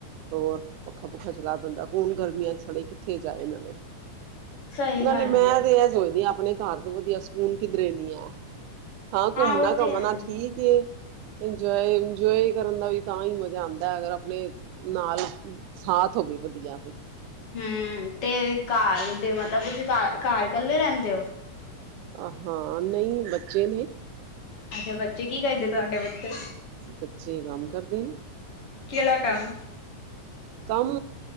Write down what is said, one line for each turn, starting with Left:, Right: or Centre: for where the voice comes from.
Right: ਹੋਰ ਪੱਖਾ ਪੁੱਖਾ ਚਲਾ ਬੰਦਾ ਕੌਣ ਗਰਮੀਆਂ ਚ ਸੜੇ ਕਿੱਥੇ ਜਾਏ ਨਾਲੇ।
Left: ਸਹੀ
Right: ਨਾਲੇ
Left: ਗੱਲ
Right: ਮੈਂ
Left: ਏ
Right: ਤੇ ਇਹ ਸੋਚਦੀ ਆ ਆਪਣੇ ਘਰ ਤੋਂ ਵਧੀਆ ਸਕੂਨ ਕਿਧਰੇ ਨੀ ਹੈ। ਹਾਂ, ਘੁੰਮਣਾ-ਘੰਮਣਾ
Left: ਉਹ ਤੇ ਹੈ ਨੀ
Right: ਠੀਕ ਐ ਇੰਜਏ-ਇੰਜਏ ਕਰਨ ਦਾ ਵੀ ਤਾਂਹੀ ਮਜ਼ਾ ਆਦਾ ਐ ਅਗਰ ਆਪਣੇ ਨਾਲ, ਸਾਥ ਹੋਵੇ ਵਧੀਆ ਤੇ।
Left: ਹੂੰ ਤੇ ਘਰ ਦੇ ਮਤਲਬ ਤੁਸੀਂ ਘਰ ਇਕੱਲੇ ਰਹਿੰਦੇ ਔ?
Right: ਆ ਹਾਂ ਨਈ ਬੱਚੇ ਨੇ।
Left: ਅੱਛਾ ਬੱਚੇ ਕੀ ਕਰਦੇ ਤੁਹਾਡੇ ਬੱਚੇ?
Right: ਬੱਚੇ ਕੰਮ ਕਰਦੇ ਨੇ।
Left: ਕਿਹੜਾ ਕੰਮ
Right: ਕੰਮ